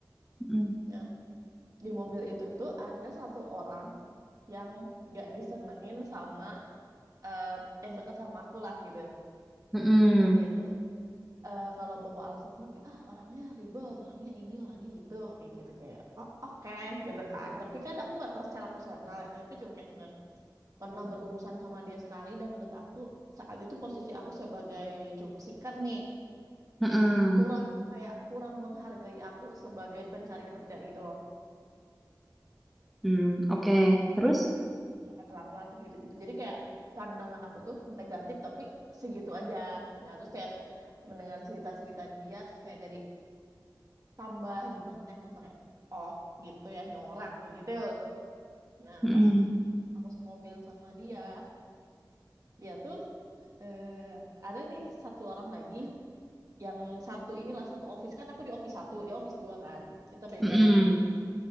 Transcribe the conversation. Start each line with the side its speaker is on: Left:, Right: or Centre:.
Centre: Mm-mm.
Right: Ya, di mobil itu tuh ada satu orang yang nggak disenengin sama eh, yang deket sama aku lah gitu.
Centre: Mm-mm.
Right: Nah dia itu eh, kalau bawa alasan tuh kayak ah orangnya ribet, orangnya ini, orangnya gitu, kayak gitu kayak oh oke gitu kan. Tapi kan aku nggak tahu secara personal ya, tapi cuma kayak cuman pernah berurusan sama dia sekali dan menurut aku saat itu posisi aku sebagai job seeker nih
Centre: Mm-mm.
Right: kurang kayak kurang menghargai aku sebagai pencari kerja gitu loh.
Centre: Mm, Oke. Terus?
Right: Kayak Telat-telat gitu-gitu. Jadi kayak pandangan aku tuh negatif tapi segitu aja. Nah, terus kayak mendengar cerita-cerita dia terus kayak jadi tambah gimana ya tambah kayak oh gitu ya nih orang kayak gitu nah
Centre: Mm-mm.
Right: pas aku semobil sama dia dia tuh eh, ada nih satu orang lagi yang satu inilah satu office kan aku di office satu dia office dua kan kita beda
Centre: Mm-mm.
Right: gedung